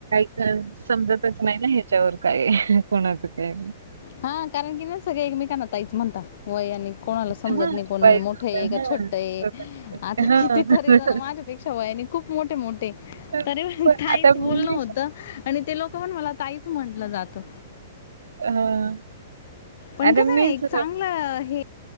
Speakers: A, on the right; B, on the left.
A: तर समजतच नाही ना ह्याच्यावर काये, कोणाच काही
B: हा कारण की ना, सगळे एकमेकांना ताईच म्हणता वय आणि कोणाला समजत
A: हां, शिकवायचं
B: नाही. कोणी मोठय
A: होतं.
B: का?
A: हां.
B: छोटय?
A: बरोबर.
B: आता
A: हां.
B: किती तरी जण माझ्या माझ्यापेक्षा वयाने खूप खूप मोठे मोठे
A: तर
B: तरी पण ताईच
A: आता मी
B: बोलणं होतं आणि ते लोक पण मला ताईच म्हटलं जातं.
A: ह,
B: पण
A: आता
B: कसं
A: मीच
B: आहे ना एक चांगलं हे